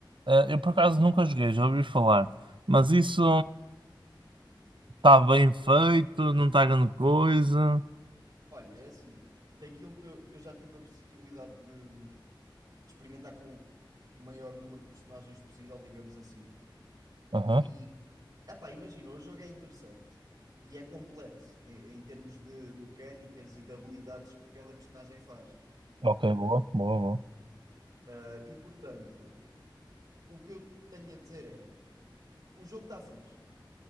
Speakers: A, on the right (about 75°); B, on the right (about 50°).
A: eh, eu por acaso nunca joguei, já ouvi falar, mas isso está bem feito, não está grande coisa.
B: Olha, é assim, daquilo que eu eu já tive a possibilidade de, de experimentar com o maior número de personagens possível, digamos assim,
A: Aham,
B: e Epá, imagina, o jogo é interessante e é complexo em, em termos de mecânicas e de habilidades que cada personagem faz.
A: Ok,
B: Estás a ver?
A: boa, boa, boa.
B: Ah, e portanto, o que eu tenho a dizer é: o jogo está fixe,